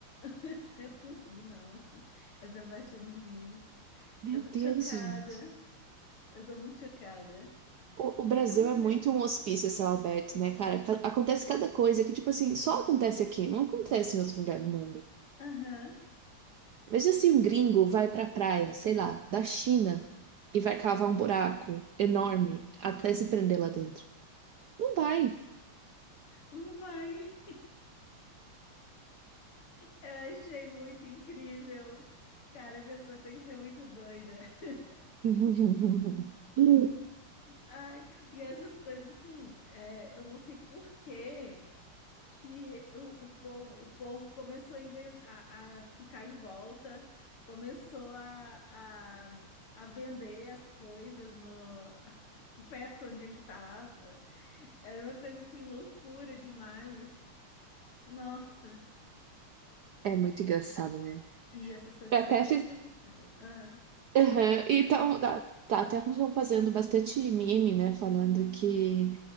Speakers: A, on the left; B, on the right.
A: <laughs> Eu não vi, não. Essa parte eu não vi.
B: Meu
A: Eu tô
B: Deus,
A: chocada.
B: gente.
A: Eu tô muito chocada.
B: O,
A: Por
B: o Brasil
A: que que alguém
B: é muito
A: faria
B: um hospício
A: isso?
B: a céu aberto, né, cara? Ca- Acontece cada coisa que, tipo assim, só acontece aqui, não acontece em outro lugar do mundo.
A: Aham.
B: Veja se um gringo vai pra praia, sei lá, da China, e vai cavar um buraco enorme até se prender lá dentro. Não vai.
A: Não vai. Eu achei muito incrível. Cara, a pessoa tem que ser muito doida. <laughs>
B: <laughs>
A: Ai, e essas coisas assim, é, eu não sei por que que o, o povo, o povo começou a inventar, a, a ficar em volta, começou a, a, a vender as coisas no <laughs> perto onde ele estava. Era uma coisa assim, loucura demais. Nossa.
B: É muito engraçado, né?
A: E essas coisas
B: Eu até
A: sempre acontecem
B: fiz
A: em praia. Ah,
B: Aham, Então, tá, tá, até estão fazendo bastante meme, né? Falando que.